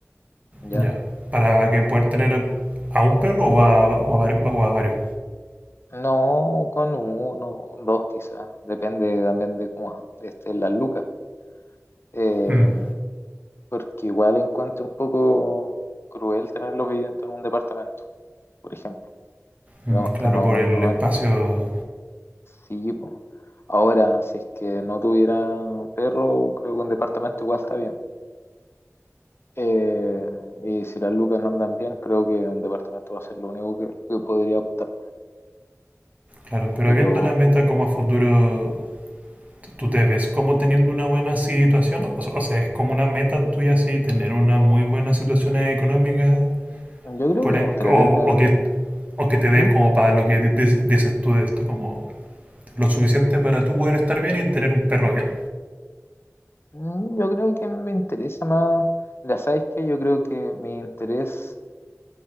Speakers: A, on the left; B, on the right.
A: ¿ya?
B: ya. Para que poder tener a un perro o a, o a vari- o a varios.
A: No con uno, dos quizás, depende también de cómo estén las lucas. Eh,
B: Mm.
A: porque igual encuentro un poco cruel tenerlos viviendo en un departamento, por ejemplo. Digamos
B: Mm, Claro,
A: que no,
B: por el
A: no,
B: espacio,
A: sí, po. Ahora, si es que no tuviera perro, creo que un departamento igual está bien. Eh, y si las lucas no andan bien, creo que un departamento va a ser lo único que, que podría optar.
B: claro. Pero
A: Pero
B: viendo la meta como a futuro, t- ¿tú te ves como teniendo una buena situación? O, o sea, ¿es como una meta tuya así tener una muy buena situación económica?
A: yo creo
B: Por
A: que me
B: ahí,
A: gustaría
B: o,
A: tener...
B: o que, o que te dé
A: ¿Mm?
B: como para lo que di- di- dices tú de esto, como lo suficiente para tú poder estar bien y tener un perro bien.
A: Mm, Yo creo que me interesa más, ya sabes que yo creo que mi interés